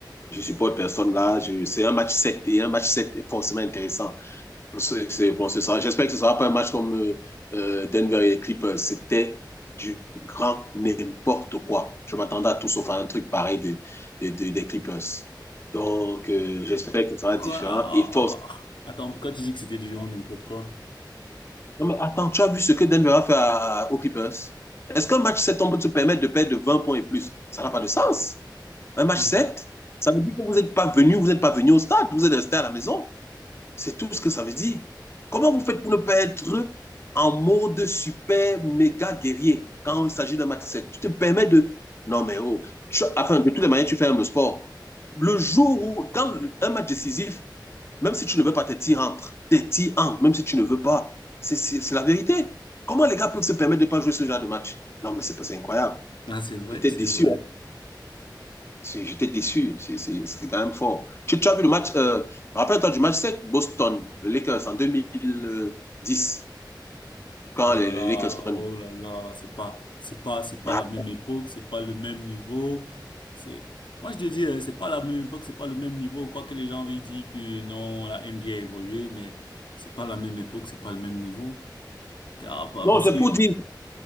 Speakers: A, on the left; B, on the left.
A: Je supporte personne là. Je, c'est un match 7 et un match 7 est forcément intéressant. C'est c'est- bon, c'est ça. J'espère que ce sera pas un match comme euh, euh, Denver et les Clippers. C'était du grand n'importe quoi. Je m'attendais à tout sauf à un truc pareil de, de, de, des Clippers. Donc, euh, j'espère que ce sera
B: Quoi?
A: différent
B: Ah, ah,
A: et force.
B: ah. ah. Attends, pourquoi tu dis que c'était du genre n'importe quoi?
A: Non, mais attends, tu as vu ce que Denver a fait à, à, aux Clippers? Est-ce qu'un match 7 on peut se permettre de perdre de 20 points et plus? Ça n'a pas de sens. Un match
B: <laughs>
A: 7 ça veut dire que vous n'êtes pas venu, vous n'êtes pas venu au stade, vous êtes resté à la maison. C'est tout ce que ça veut dire. Comment vous faites pour ne pas être en mode super méga guerrier quand il s'agit d'un match sec? Tu te permets de. Non, mais oh. Tu... Enfin, de toutes les manières, tu fais même le sport. Le jour où, quand un match décisif, même si tu ne veux pas, tes tirs entrent. Tes tirs entrent, même si tu ne veux pas. C'est la vérité. Comment les gars peuvent se permettre de ne pas jouer ce genre de match Non, mais c'est incroyable.
B: Ah, c'est vrai,
A: J'étais
B: c'est
A: déçu.
B: vrai.
A: J'étais déçu. C'est quand même fort. Tu, tu, as vu le match, euh, rappelle-toi du match 7, Boston, le Lakers en 2010, quand
B: Oh
A: les,
B: là là,
A: les Lakers prennent.
B: oh là là, c'est pas, c'est pas, c'est pas
A: Ah.
B: la même époque, c'est pas le même niveau. C'est, moi je te dis, euh, c'est pas la même époque, c'est pas le même niveau. Quoique les gens veuillent dire que non, la NBA a a évolué, mais c'est pas la même époque, c'est pas le même niveau. Ah, pa-
A: Non,
B: parce
A: c'est
B: que,
A: pour dire,